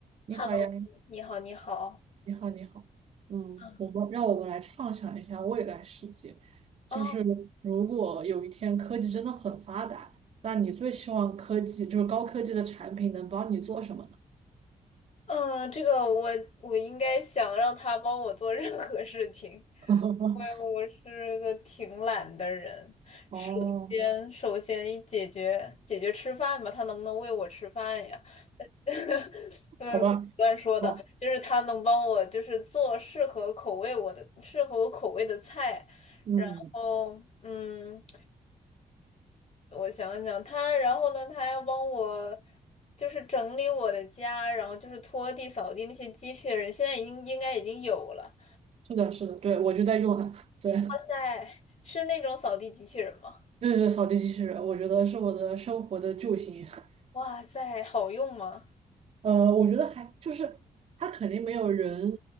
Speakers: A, on the right (about 45°); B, on the left (about 50°).
A: 你好呀，
B: Hello，你好，你好。
A: 你好，你好。嗯，
B: 嗯，
A: 我们让我们来畅想一下未来世界，
B: 哦，
A: 就是如果有一天科技真的很发达，那你最希望科技就是高科技的产品能帮你做什么呢？
B: 嗯，这个我我应该想让他帮我做任何事情，
A: <laughs>
B: 因为我是个挺懒的人。
A: 哦，
B: 首先，首先一解决解决吃饭吧，他能不能喂我吃饭呀？<laughs>
A: 好吧，
B: 乱说的，
A: 哦，
B: 就是他能帮我，就是做适合口味我的、适合我口味的菜，
A: 嗯，
B: 然后嗯。我想想，他，然后呢，他还要帮我，就是整理我的家，然后就是拖地、扫地那些机器人，现在已经应该已经有了。
A: 是的，是的，对，我就在用它，<laughs> 对，
B: 在，是那种扫地机器人吗？
A: 对对，扫地机器人，我觉得是我的生活的救星。<laughs>
B: 哇塞，好用吗？
A: 呃，我觉得还就是他肯定没有人